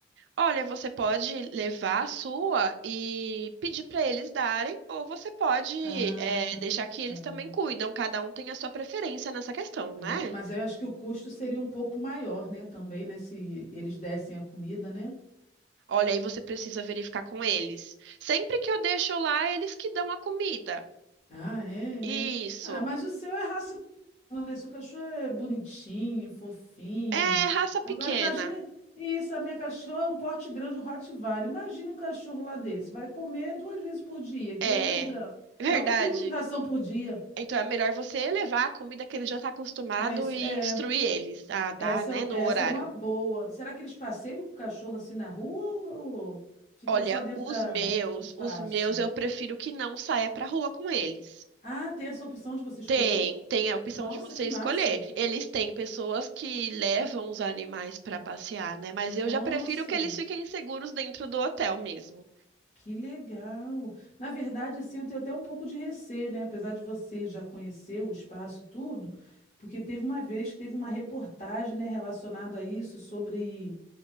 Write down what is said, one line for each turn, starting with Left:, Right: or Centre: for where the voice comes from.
Right: Olha, você pode levar a sua e pedir para eles darem, ou você pode
Left: Ah,
Right: é, deixar que
Left: tá.
Right: eles também cuidam. Cada um tem a sua preferência nessa questão,
Left: Ah,
Right: né?
Left: mas eu acho que o custo seria um pouco maior, né? Também, né? Se eles dessem a comida, né?
Right: Olha, aí você precisa verificar com eles. Sempre que eu deixo lá, eles que dão a comida.
Left: Ah, é,
Right: Isso.
Left: é. Ah, mas o seu é raça, não, né? Seu cachorro é bonitinho, fofinho.
Right: É raça pequena.
Left: Agora imagine isso, a minha cachorra é um porte grande, um Rottweiler. Imagina um cachorro lá desse. Vai comer duas vezes por dia, 500
Right: É
Left: gramas.
Right: <laughs> verdade.
Left: É um quilo de ração por dia.
Right: Então é melhor você levar a comida que ele já está acostumado
Left: É isso,
Right: e
Left: é.
Right: instruir eles a dar,
Left: Essa
Right: né, no
Left: é,
Right: horário.
Left: essa é uma boa. Será que eles passeiam com o cachorro assim na rua ou ficam
Right: Olha,
Left: só dentro
Right: os
Left: da,
Right: meus,
Left: do espaço?
Right: os meus eu prefiro que não saia pra rua com eles.
Left: Ah, tem essa opção de você escolher?
Right: Tem, tem a opção
Left: Nossa,
Right: de você
Left: que massa!
Right: escolher. Eles têm pessoas que levam os animais pra passear, né? Mas eu
Left: Nossa,
Right: já prefiro que eles fiquem seguros dentro do hotel mesmo.
Left: que legal! Na verdade, assim, eu tenho até um pouco de receio, né? Apesar de você já conhecer o espaço, tudo, porque teve uma vez que teve uma reportagem, né, relacionada a isso, sobre